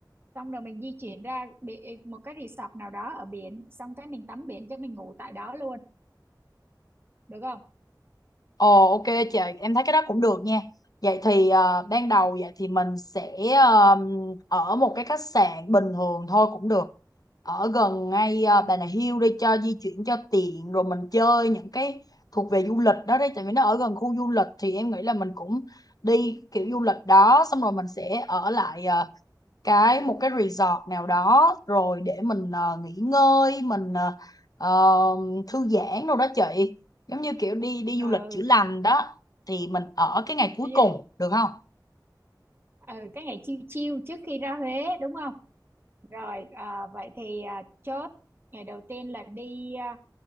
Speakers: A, on the right; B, on the left.
A: xong rồi mình di chuyển ra bị một cái resort nào đó ở biển, xong cái mình tắm biển cho mình ngủ tại đó luôn, được không?
B: Ồ ok chị, em thấy cái đó cũng được nha. Vậy thì ờ, ban đầu vậy thì mình sẽ ờ, ở một cái khách sạn bình thường thôi cũng được. Ở gần ngay ờ,
A: Ừ,
B: Bà Nà Hills đi cho di chuyển cho tiện rồi mình chơi những cái thuộc về du lịch đó đấy tại vì nó ở gần khu du lịch thì em nghĩ là mình cũng đi kiểu du lịch đó xong rồi mình sẽ ở lại ờ, cái một cái resort nào đó rồi để mình ờ, nghỉ ngơi mình ờ, ờ, thư giãn đâu đó chị giống như kiểu đi đi
A: ừ,
B: du lịch chữa lành đó thì mình ở cái ngày cuối
A: yeah.
B: cùng được không
A: ừ cái ngày chill chill trước khi ra Huế đúng không? Rồi, à, vậy thì à, chốt ngày đầu tiên là đi à,